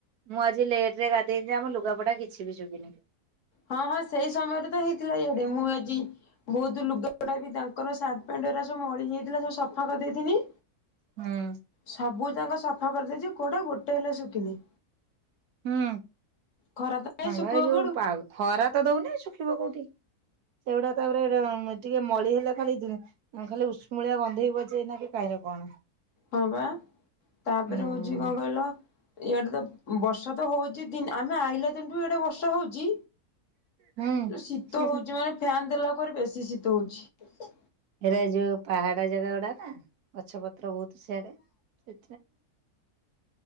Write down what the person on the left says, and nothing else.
ହଁ ହଁ ସେଇ ସମୟରେ ତ ହେଇଥିଲା ଇଆଡେ ମୁଁ ଆଜି ବହୁତ ଲୁଗାଟା ବି ତାଙ୍କର ସାର୍ଟ ପଣ୍ଟଟା ସବୁ ମଳି ଯାଇଥିଲା। ସବୁ ସଫା କରିଦେଇଥିଲି।
ସବୁ ଯକ ସଫା କରିଦେଇଛି କୋଉଟା ଗୋଟେ ହେଲେ ଶୁଖିନି।
ଖରା ତ ନାହିଁ
ଶୁଖିବ
କୁଆଡୁ
ହଁ ବା ତାପରେ
ହଉଛି କଣ କହିଲ? ଇଆଡେ ତ ବର୍ଷା ତ ହଉଛି ଦ ଆମେ ଆଇିଲ ଦିନଠୁ ଇଆଡେ ବର୍ଷା ହଉଛି।
ଶୀତ ହଉଛି ମାନେ ଫ୍ୟାନ ଦେଲା ପରେ ବେଶୀ ଶୀତ ହଉଛି।